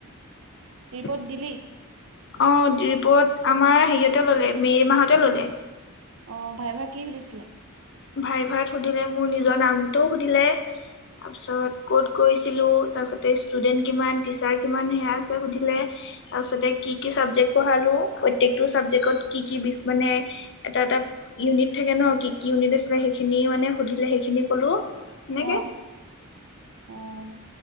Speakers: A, on the right (about 65°); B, on the left (about 55°).
A: ৰিপৰ্ট
B: অ,
A: দিলি
B: ৰিপৰ্ট। আমাৰ হেয়তে ললে মে মাহতে ললে।
A: অ ভাইবা ভাইবা কি সুধিছিলে?
B: ভাইবা ভাইাবাত সুধিলে মোৰ নিজৰ নামটোও সুধিলে তাৰপিছত ক'ত। কৰিছিলো তাৰপিছতে ষ্টুডেন্ট কিমান, টিচাৰ কিমান সেয়া আছে সুধিলে তাৰপিছতে কি কি। পঢ়ালো, প্ৰতেকটো চাবজেক্টত কি কি বিষ মানে এটা এটা ইউনিট থাকে ন। কি উনে দ। সেইখিনি মানে সুধিলে সেইখিনি কলো, সেনেকে।
A: অঁ অঁ